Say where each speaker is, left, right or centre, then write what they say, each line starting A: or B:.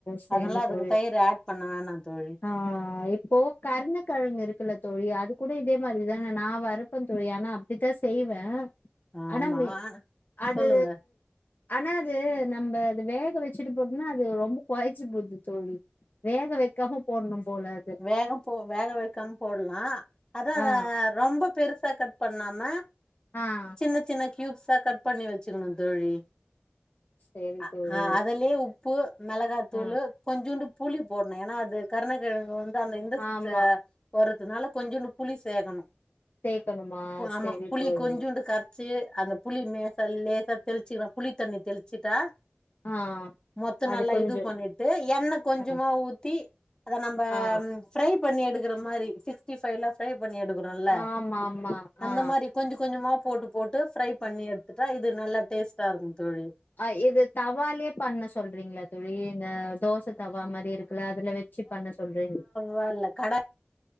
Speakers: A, on the left (about 50°); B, on the left (about 20°).
A: சரி
B: அதனாலா அதுக்கு
A: தோழி
B: தயிர் ஆட் பண்ண வேனா தோழி
A: ஆ இப்போ கருணக்கெழங்கு இருக்குல்ல தோழி அது கூட இதே மாதிரிதான நா வறுப்பே தோழி ஆனா த்திதா செய்வே
B: ஆமா
A: ஆனா ந்து அது
B: சொல்லுங்க
A: ஆனா அது நம்ப அது வேக வெச்சுட்டு போம்னா அ அது ரொம்ப கொழச்சு போது தோழி வேக வெக்காம போட்ணு போல அது
B: வேகம் போ வேக வெக்காம் போட்லா அதாங்க
A: ஆ
B: ரொம்ப பெருசா கட் பண்ணாம
A: ஆ
B: சின்ன சின்ன கியூப்ஸ் அ கட் பண்ணி வெச்சிர்னு தோழி
A: சரி
B: அ
A: தோழி
B: அதல்லியே உ ப்பு மெளகாத்தூளு
A: ஆ
B: கொஞ்சூண்டு புளி போட்னு ஏன்னா அது கருணக்கிழங்கு வந் தா அந்த இந்த
A: ஆமா
B: ச வறதுனால கொஞ்சூண்டு புளி சேகனு
A: சேக்கணுமா
B: ஆமா
A: சரி
B: புளி
A: தோழி
B: கொஞ்சுண்டு கர சு அந்த புளி நேசா லேசா தெளிச்சுக்கனு புளி தண்ணி தெளிச்சுட்டா
A: ஆ
B: மொத்த
A: அது
B: நல்லா
A: கொஞ்சோ
B: இது பண்ணிட்டு எண்ணெ கொஞ்சமா
A: ஆ
B: ஊத்தி அத நம்ப
A: ஆ
B: ஃப்ரை பண்ணி எடுக்கற மாரி சிக்ஸ்டிஃபைலா ஃப்ரை பண்ணி எடுக்க றோல்ல
A: ஆமா ஆமா
B: அந்த
A: ஆ
B: மாரி கொஞ்ச கொஞ்சமா போட்டு போட்டு ஃப்ரை பண்ணி எடுத்துட்டா இது நல்லா டேஸ்ட்டா இருக்கும் தோழி
A: ஆ இது தவாலயே பண்ண சொல்றீங்களா தோழி இந்த தோசை தவா மாறி இருக் க அதுல வச்சு பண்ண சொல்றீங்க
B: வல கட